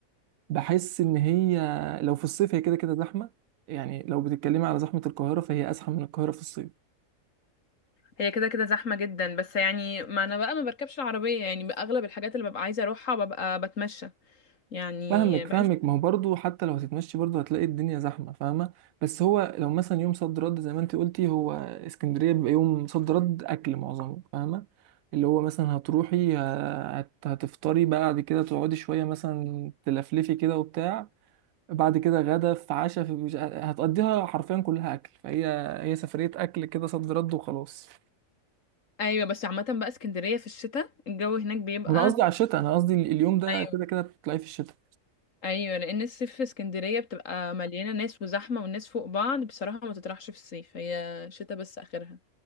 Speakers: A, on the right; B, on the left.
A: بحس ان هي لو في الصيف هي كده كده زحمه يعني لو بتتكلمي على زحمه القاهره فهي ازحم من القاهره في الصيف
B: هي كده كده زحمة جدا بس يعني ما انا بقى ما بركبش العربية يعني اغلب الحاجات اللي ببقى عايزة اروحها ببقى بتمشى يعني
A: فاهمك
B: بحس
A: فاهمك ما هو برضه حتى لو هتتمشي برضه هتلاقي الدنيا زحمه فاهمه بس هو لو مثلا يوم صد رد زي ما انت قلتي هو اسكندريه بيبقى يوم صد رد اكل معظمه فاهمه اللي هو مثلا هتروحي ه- هت- هتفطري بقى بعد كده تقعدي شويه مثلا تلفلفي كده وبتاع بعد كده غدا في عشاء في مش- هتقضيها حرفيا كلها اكل فهي هي سفريه اكل كده صد رد وخلاص
B: ايوه بس عامة بقى اسكندرية في الشتاء الجو هناك بيبقى
A: انا قصدي على الشتاء انا قصدي اليوم ده
B: ايوه
A: كده كده تطلعي في الشتاء
B: ايوه لان الصيف في اسكندرية بتبقى مليانة ناس وزحمة والناس فوق بعض بصراحة ما تطرحش في الصيف هي شتاء بس اخرها